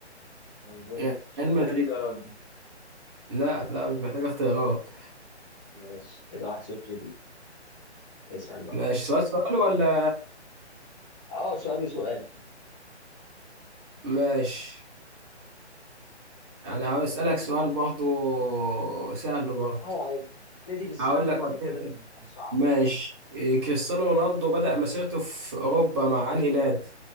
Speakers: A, in the centre; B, on the right.
A: مظبوط
B: ريال
A: مش محتاج
B: مدريد
A: اختيارات دي
B: لا لا مش محتاج اختيارات
A: ماشي كده واحد صفر دي اسأل بقى
B: ماشي سؤال سؤال ولا
A: اه سؤال وسؤال
B: ماشي انا هسألك سؤال برضو سهل برضو
A: اه يعني ابتدي بالسهل
B: هقول لك
A: وبعد
B: وديك
A: كده
B: كده.
A: نبقى نصعب
B: ماشي إيه، كريستيانو رونالدو بدأ مسيرته في اوروبا مع انهي نادي